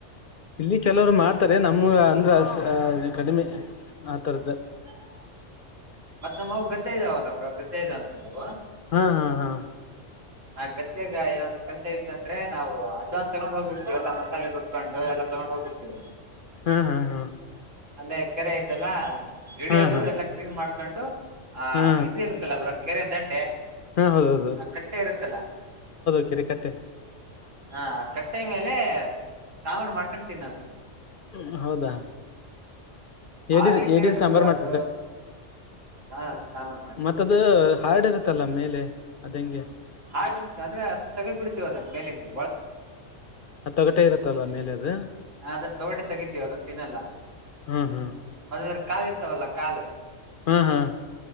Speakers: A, on the left (about 55°); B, on the right (about 85°).
A: ಇಲ್ಲಿ ಕೆಲವರು ಮಾಡ್ತಾರೆ ನಮ್ ಅಂದ್ರ ಕಡಿಮೆ ಆತರದ್ದ
B: <unintelligible> ನಮ್ಮವು ಗದ್ದ ಇದಾವಲ್ಲ ಬ್ರೋ ಗದ್ದೆ ಇದ್ದಾವ ನಮ್ಮವು
A: ಹಾ ಹಾ ಹಾ
B: ಗತ್ತಾಗ ಏನಾದ್ರು ಕೆಲಸ ಇತ್ತುಂದ್ರೆ ನಾವು ಅಡ್ವಾನ್ಸ್ ತಗೊಂಡ್ ಹೋಗ್ಬಿಡ್ತೀವಿ ಎಲ್ಲಾ ಮಸಾಲೆ ರೂಬ್ಕೊಂಡು ಎಲ್ಲ ತಗೊಂಡ ಹೋಗ್ಬಡ್ೀವಿ
A: ಹ್ಮ್ ಹಾ ಹಾ
B: ಅಲ್ಲೇ ಕೆರೆ ಐತಲ್ಲ ಹಿಡಿಯೋದು
A: ಹಾ ಹಾ
B: ಎಲ್ಲ ಕ್ಲೀನ್ ಮಾಡ್ಕೊಂಡು ಹ
A: ಹಾ ಹಾ
B: ಇದು ಇರುತ್ತಲ್ಲ ಬ್ರೋ ಕೆರೆ ದಂಡೆ
A: ಹಾ ಹೌದೌದು
B: ಅ ಕಟ್ಟೆ ಇರುತ್ತಲ
A: ಕೆರೆ ಕಟ್ಟೆ
B: ಹಾ ಕಟ್ಟೆ ಮೇಲೆ ಸಾಂಬಾರು ಮಾಡ್ಕೊಂಡು ತಿನ್ನೋದು
A: ಹ್ಮ ಹೌದಾ
B: ಭಾರಿ
A: ಎಡಿದ್
B: ಟೇಸ್ಟ್
A: ಎಡಿದ್ ಸಾಂಬಾರ್ು
B: ಬ್ರೋ
A: ಮಾಡ್ತಿದ್ರ
B: ಅದು ಹಾ ಸಾಂಬಾರ್ ಮಾಡಿ
A: ಮತ್ತದು ಹಾರ್ಡಿರುತ್ತಲ್ಲ ಮೇಲೆ ಅದೆ ಹೆಂಗೆ
B: ಹಾರ್ಡಿರುತ್ತ ಅದು ತಗ್ ಬಿಡ್ತವ ಅದು ಮೇಲೆಂದು
A: ಹ ತೊಗಟೆ ಇರುತ್ತಲ್ವಾ ಮೇಲೆ ಅದು
B: ಹ ಅದನ್ನ ತೊಗೊಟೆ ತೆಗತಿವಿ ಅದನ್ ತಿನ್ನಲ್ಲ
A: ಹ್ಮ್ ಹ್ಮ್
B: ಮ <unintelligible> ಕಾಲ್ ಇರ್ತವಲ್ಲ ಕಾಲು
A: ಹ್ಮ್ ಹ್ಮ್